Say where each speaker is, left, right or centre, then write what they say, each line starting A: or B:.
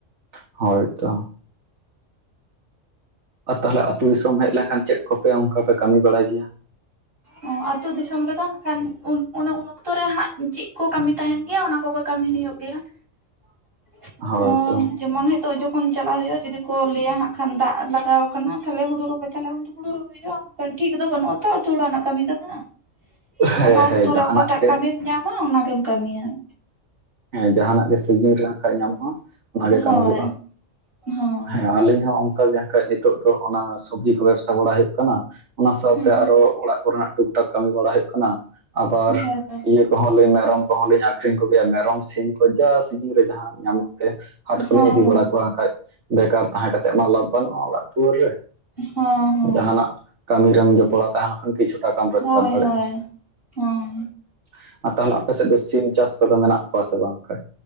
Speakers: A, on the right (about 65°); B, on the right (about 50°).
A: ᱦᱳᱭ ᱛᱚ, ᱟᱨ ᱛᱟᱦᱞᱮ ᱟᱹᱛᱩ ᱫᱤᱥᱚᱢ ᱦᱮᱡ ᱞᱮᱱᱠᱷᱟᱱ ᱪᱮᱫ ᱠᱚᱯᱮ ᱚᱝᱠᱟ ᱯᱮ ᱠᱟᱹᱢᱤ ᱵᱟᱲᱟᱭ ᱜᱮᱭᱟ?
B: ᱦᱚᱸ ᱟᱹᱛᱩ ᱫᱤᱥᱚᱢ ᱨᱮᱫᱚ ᱟᱠᱷᱟᱱ ᱩᱱ ᱩᱱᱚᱠᱛᱚ ᱨᱮ ᱦᱟᱸᱜ ᱪᱮᱜ ᱠᱚ ᱠᱟᱹᱢᱤ ᱛᱟᱦᱮᱱ ᱜᱮᱭᱟ ᱚᱱᱟ ᱠᱚᱜᱮ ᱠᱟᱹᱢᱤ ᱦᱩᱭᱩᱜ ᱾ ᱜᱮᱭᱟ <inaudible>
A: ᱦᱳᱭᱛᱚ
B: ᱚᱸ ᱡᱮᱢᱚᱱ ᱛᱚ ᱡᱚᱠᱷᱚᱱ ᱪᱟᱞᱟᱜ ᱦᱩᱭᱩᱜᱼᱟ ᱡᱩᱫᱤ ᱠᱚ ᱞᱟᱹᱭᱟ ᱦᱟᱸᱜ ᱠᱷᱟᱱ ᱫᱟᱜ ᱞᱟᱜᱟᱣ ᱠᱟᱱᱟ ᱛᱷᱟᱞᱮ ᱦᱩᱲᱩ ᱨᱚᱦᱚᱭ ᱛᱷᱟᱞᱮ ᱩᱱᱫᱚ ᱦᱩᱲᱩ ᱨᱚᱦᱚᱭ ᱦᱩᱭᱩᱜᱼᱟ ᱾ ᱴᱷᱤᱠ ᱫᱚ ᱵᱟᱹᱱᱩᱜ ᱟ ᱛᱚ ᱟᱹᱛᱩ ᱚᱲᱟᱜ ᱱᱟᱜ ᱠᱟᱹᱢᱤ ᱫᱚ ᱦᱟᱸᱜ
A: ᱦᱮᱸ
B: ᱚᱠᱟ ᱚᱠᱛᱚᱨᱮ
A: ᱦᱮᱸ ᱡᱟᱦᱟᱱᱟᱜ
B: ᱚᱠᱟᱴᱟᱜ
A: ᱜᱮ
B: ᱠᱟᱹᱢᱤᱢ ᱧᱟᱢ ᱢᱟ ᱚᱱᱟ ᱜᱮᱢ ᱠᱟᱹᱢᱤᱭᱟ ᱾
A: ᱦᱮᱸ ᱡᱟᱦᱟᱱᱟᱜ ᱜᱮ ᱥᱤᱡᱤᱱ ᱨᱮ ᱦᱟᱜᱠᱷᱟᱡ ᱧᱟᱢᱚᱜᱼᱟ ᱾ ᱚᱱᱟᱜᱮ
B: ᱦᱳᱭ
A: ᱠᱟᱹᱢᱤ ᱦᱩᱭᱩᱜᱼᱟ
B: ᱦᱳᱭ
A: ᱦᱮᱸ ᱟᱹᱞᱤᱧ ᱦᱚᱸ ᱚᱝᱠᱟ ᱜᱮ ᱦᱟᱜ ᱠᱷᱟᱡ ᱱᱤᱛ ᱛᱚᱜ ᱫᱚ ᱚᱱᱟ ᱥᱚᱵᱽᱡᱤ ᱠᱚ ᱵᱮᱵᱥᱟ ᱵᱟᱲᱟ ᱦᱩᱭᱩᱜ ᱠᱟᱱᱟ ᱚᱱᱟ ᱥᱟᱶᱛᱮ
B: ᱦᱩᱸ
A: ᱟᱨᱚ ᱚᱲᱟᱜ ᱠᱚᱨᱮᱱᱟᱜ ᱴᱩᱠ ᱴᱟᱠ ᱠᱟᱹᱢᱤ ᱵᱟᱲᱟ ᱦᱩᱭᱩᱜ ᱠᱟᱱᱟ ᱟᱵᱟᱨ
B: ᱦᱮᱸ ᱛᱚ
A: ᱤᱭᱟᱹ ᱠᱚᱦᱚᱸ ᱞᱮ ᱢᱮᱨᱚᱢ ᱠᱚᱦᱚᱸ ᱞᱤᱧ ᱟᱹᱠᱷᱨᱤᱧ ᱠᱚᱜᱮᱭᱟ ᱢᱮᱨᱚᱢ ᱴᱚᱝ ᱥᱤᱢ ᱠᱚ ᱡᱟ ᱥᱤᱡᱤᱱ ᱨᱮ ᱡᱟᱦᱟᱸ ᱧᱟᱢᱚᱜ ᱛᱮ ᱦᱟᱴ ᱠᱚᱞᱤᱧ
B: ᱦᱚᱸ
A: ᱤᱫᱤ
B: ᱦᱚᱸ
A: ᱵᱟᱲᱟ ᱠᱚᱣᱟ ᱦᱟᱸ ᱠᱷᱟᱡ ᱾ ᱵᱮᱠᱟᱨ ᱛᱟᱦᱮᱸ ᱠᱟᱛᱮ ᱢᱟ ᱞᱟᱵᱷ ᱵᱟᱹᱱᱩᱜᱼᱟ ᱚᱲᱟᱜ ᱫᱩᱣᱟᱹᱨ ᱨᱮ
B: ᱦᱚᱸ ᱦᱚᱸ
A: ᱡᱟᱦᱟᱱᱟᱜ ᱠᱟᱹᱢᱤ ᱨᱮᱢ ᱡᱚᱯᱚᱲᱟᱣ ᱛᱟᱦᱮᱸᱞᱮᱱᱠᱷᱟᱱ ᱠᱤᱪᱷᱩ ᱴᱟᱠᱟᱢ ᱨᱳᱡᱽᱜᱟᱨ
B: ᱦᱳᱭ
A: ᱫᱟᱲᱮᱜᱼᱟ
B: ᱦᱳᱭ ᱦᱚᱸ
A: ᱾ ᱟᱨ ᱛᱟᱦᱮᱞᱮ ᱟᱯᱮ ᱥᱮᱫ ᱫᱚ ᱥᱤᱢ ᱪᱟᱥ ᱠᱚᱫᱚ ᱢᱮᱱᱟᱜ ᱠᱚᱣᱟ ᱥᱮ ᱵᱟᱝᱠᱷᱟᱡ?